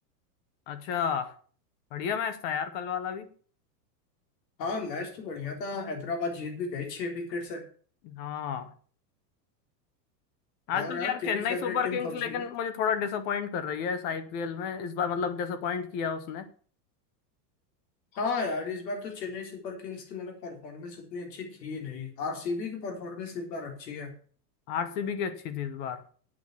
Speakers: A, on the left; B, on the left.
A: अच्छा बढ़िया मैच था यार कल वाला भी
B: हाँ मैच तो बढ़िया था हैदराबाद जीत भी गई छह विकेट से
A: हाँ आजकल
B: और यार
A: यार
B: तेरी
A: चेन्नई
B: फेवरेट
A: सुपर
B: टीम
A: किंग्स
B: कौन
A: लेकिन
B: सी है
A: मुझे थोड़ा डिसअपॉइंट कर रही है इस आईपीएल में इस बार मतलब डिसअपॉइंट किया उसने
B: हाँ यार इस बार तो चेन्नई सुपर किंग्स की मतलब परफॉर्मेंस उतनी अच्छी थी नहीं आरसीबी की परफॉर्मेंस इस बार अच्छी है
A: आरसीबी की अच्छी थी इस बार